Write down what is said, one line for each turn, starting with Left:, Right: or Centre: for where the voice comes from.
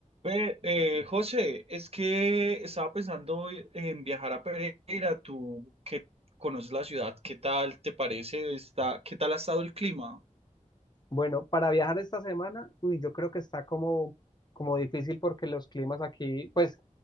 Right: Ve, eh, José, es que estaba pensando en viajar a Pereira, tú que conoces la ciudad, ¿qué tal te parece? Está, ¿qué tal ha estado el clima?
Left: Bueno, para viajar esta semana, uy, yo creo que está como, como difícil porque los climas aquí, pues